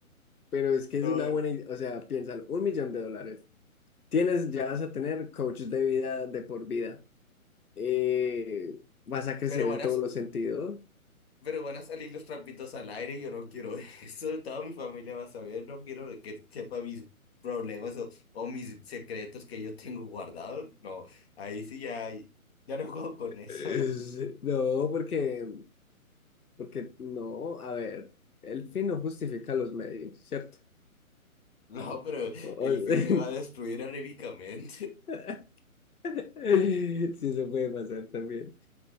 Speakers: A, on the left; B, on the left.
A: Pero es que
B: no.
A: es una buena idea. O sea, piénsalo, un millón de dólares. Tienes, ya vas a tener coach de vida de por vida. eh, vas a crecer
B: Pero bueno,
A: en todos los sentidos.
B: Pero van a salir los trapitos al aire y yo no quiero <laughs> eso. Toda mi familia va a saber, no quiero que sepa mis problemas o, o mis secretos que yo tengo guardados. No, ahí sí ya, ya no <laughs> juego con eso.
A: Es-
B: <laughs>
A: No, porque, porque no, a ver, el fin no justifica los medios, ¿cierto?
B: No, pero
A: O-
B: el
A: o-
B: fin me va a destruir anímicamente.
A: <laughs> sí, eso puede pasar también.